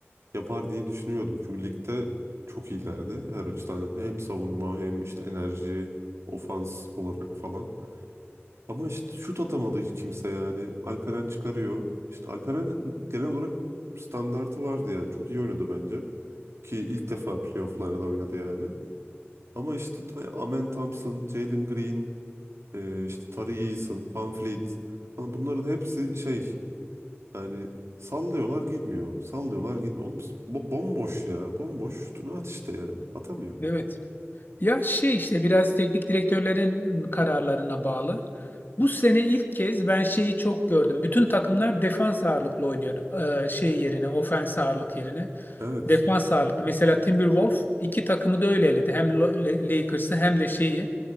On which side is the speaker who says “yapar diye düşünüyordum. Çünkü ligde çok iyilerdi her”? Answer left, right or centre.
Right